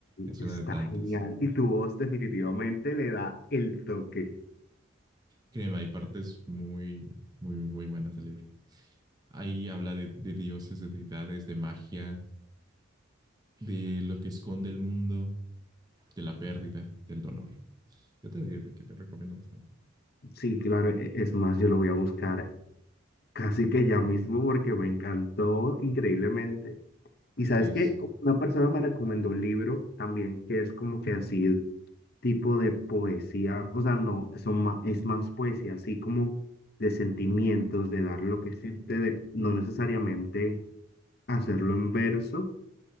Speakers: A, on the right; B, on the left.
A: es
B: está
A: una de tantas.
B: genial. Y tu voz definitivamente le da el toque.
A: Créeme, hay partes muy, muy, muy buenas del libro. Ahí habla de, de dioses, de deidades, de magia, de lo que esconde el mundo, de la pérdida, del dolor. Yo te digo que te recomiendo bastante.
B: Sí, claro, e- es más, yo lo voy a buscar casi que ya mismo porque me encantó increíblemente. Y sabes
A: Sí,
B: que
A: sí.
B: una persona me recomendó un libro también que es como que así tipo de poesía, o sea, no, son ma- es más poesía, así como de sentimientos, de dar lo que siente, de no necesariamente hacerlo en verso,